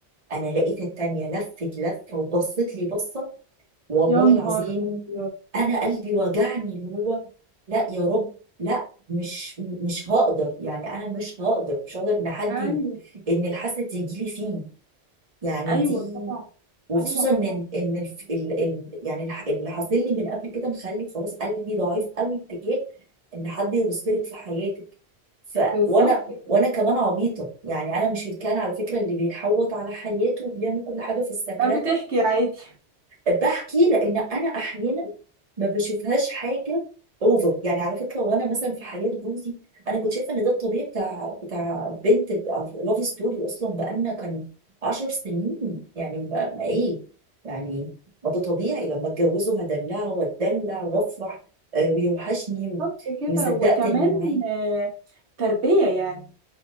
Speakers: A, on the right (about 35°); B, on the right (about 80°).
A: انا لقيت التانية لفت لفه وبصت لي بصه والله
B: يا نهار
A: العظيم
B: أبيض
A: انا قلبي وجعني اللي هو لا يا رب لا مش مش هقدر يعني انا مش هقدر مش هقدر ان حد
B: أيوة
A: ي- ان الحسد يجي لي فيه يعني
B: أيوة
A: دي
B: طبعا
A: وخصوصا
B: ايوه طبعا
A: ان ال- ان الف- ال ال يعني الح- اللي حاصل لي من قبل كده مخلي خلاص قلبي ضعيف قوي اتجاه ان حد يبصلك في حياتك ف
B: بالظبط
A: وانا
B: كده
A: وانا كمان عبيطه يعني انا مش الكائن على فكره اللي بيحوط على حياته وبيعمل كل حاجه في السكرة
B: لا بتحكي عادي
A: بحكي لان انا احيانا ما بشوفهاش حاجه اوفر يعني على فكره وانا مثلا في حياه جوزي انا كنت شايفه ان ده الطبيعي بتاع بتاع بنت لاف ستوري اصلا بقالنا كان 10 سنين يعني ما, ما ايه يعني ما ده طبيعي لما اتجوزه هدلعه واتدلع وافرح آه، ويوحشني
B: بالظبط كده
A: ومصدقت
B: وكمان
A: اني معاه
B: آه، تربية يعني